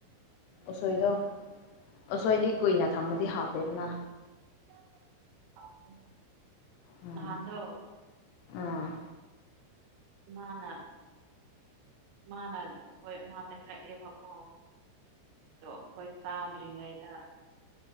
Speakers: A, on the left; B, on the right.
A: ꯎꯁꯣꯏꯗꯣ ꯑꯁꯣꯏꯗꯤ ꯀꯨꯏꯅ ꯊꯝꯃꯗꯤ ꯍꯥꯎꯇꯦꯗꯅ
B: <unintelligible>
A: ꯎꯝ
B: ꯅꯍꯥꯟꯗꯣ
A: ꯑꯥ
B: ꯏꯃꯥꯅ ꯏꯃꯥꯅ ꯑꯁꯣꯏ ꯃꯥ ꯂꯩꯔꯛꯑꯦꯕꯀꯣ ꯑꯗꯣ ꯑꯩꯈꯣꯏ ꯆꯥꯗ꯭ꯔꯤꯉꯩꯗ